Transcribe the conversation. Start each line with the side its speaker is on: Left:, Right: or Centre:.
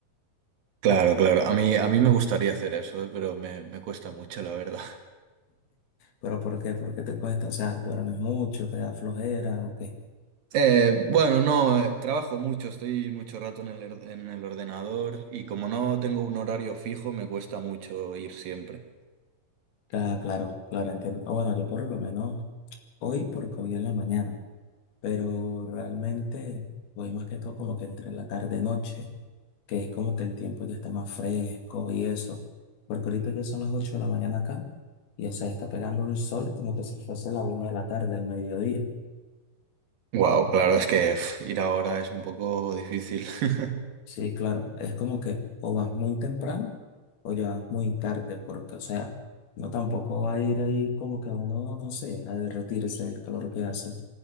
Right: Claro, claro. A mí, a mí me gustaría hacer eso, eh, pero me, me cuesta mucho, la verdad.
Left: ¿Pero por qué? ¿Por qué te cuesta? O sea, duermes mucho, te da flojera o qué?
Right: Eh, bueno, no, eh, trabajo mucho, estoy mucho rato en el, er- en el ordenador y como no tengo un horario fijo, me cuesta mucho ir siempre.
Left: Ah, Claro, claro, entiendo. Ah, bueno, yo por lo menos hoy, porque hoy en la mañana. pero realmente voy más que todo como que entre la tarde-noche, que es como que el tiempo ya está más fresco y eso, porque ahorita ya son las 8 de la mañana acá y o sea, está pegando un sol como que si fuese la una de la tarde, al mediodía.
Right: Wow, claro, es que pf, ir ahora es un poco difícil. <laughs>
Left: Sí, claro, es como que o vas muy temprano o ya vas muy tarde, porque, o sea, no tampoco va a ir ahí como que uno, no sé, a derretirse el calor que hace.